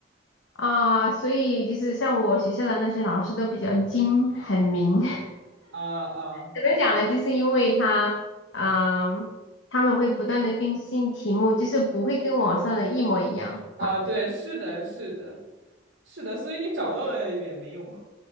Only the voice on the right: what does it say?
啊啊
啊！对，是的，是的。是的，所以你找到了也没用。